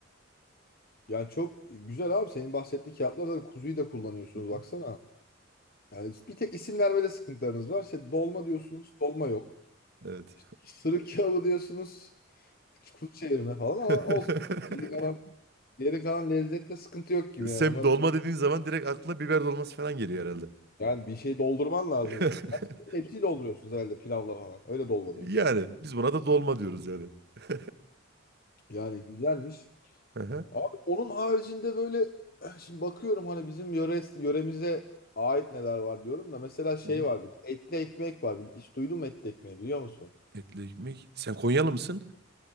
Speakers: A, on the left; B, on the right.
A: Yani çok güzel abi senin bahsettiğin kağıtlar kuzuyu da kullanıyorsunuz
B: Hı hı.
A: baksana. Yani bir tek isim vermede sıkıntılarınız var. İşte dolma diyorsunuz, dolma yok.
B: Evet.
A: İşte sırık kebabı diyorsunuz, <laughs> hiç kuzu çevirme falan ama
B: <laughs>
A: olsun. Geri kalan, geri kalan lezzette sıkıntı yok gibi
B: Sen
A: yani. Ona,
B: dolma dediğin zaman direkt aklına biber dolması falan geliyor herhalde.
A: yani bir şey doldurman lazım.
B: <laughs>
A: Hepsini dolduruyorsunuz herhalde pilavla falan. Öyle dolma demişler
B: Yani
A: ya.
B: biz buna da dolma diyoruz yani. <laughs>
A: Yani güzelmiş.
B: Hı hı.
A: Abi onun haricinde böyle <clears throat> eh, şimdi bakıyorum hani bizim yöre, yöremize ait neler var diyorum da mesela şey
B: Hı hı.
A: var bir de etli ekmek var. Hiç duydun mu etli ekmeği biliyor musun?
B: Etli ekmek. Sen Konyalı mısın?